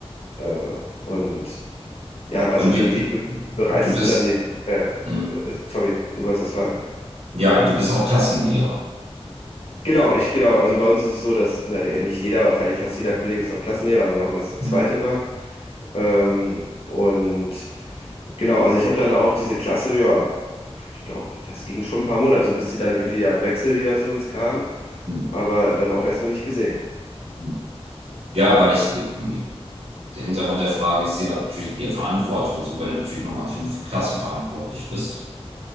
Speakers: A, on the left (about 65°); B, on the right (about 65°).
A: Äh, und ja, also
B: Und
A: wie,
B: du, du,
A: wie
B: du
A: bereitest
B: bist,
A: du dann den, äh,
B: hm.
A: äh, sorry, du wolltest was fragen.
B: Ja, du bist auch Klassenlehrer.
A: Genau, ich, genau. Also bei uns ist es so, dass in der Regel ja, nicht jeder, aber vielleicht fast jeder Kollege ist auch Klassenlehrer. Also wir machen das zu zweit
B: Hm.
A: immer. Ähm, und genau, also ich habe dann auch diese Klasse, ja, ich glaube, das ging schon ein paar Monate, bis sie dann irgendwie ja im Wechsel wieder zu uns kam,
B: Hm.
A: aber dann auch erstmal nicht gesehen.
B: hm. Ja, weil ich mit, m, der Hintergrund der Frage, ich sehe natürlich die Verantwortung, so wenn du natürlich nochmal für eine Klasse verantwortlich bist,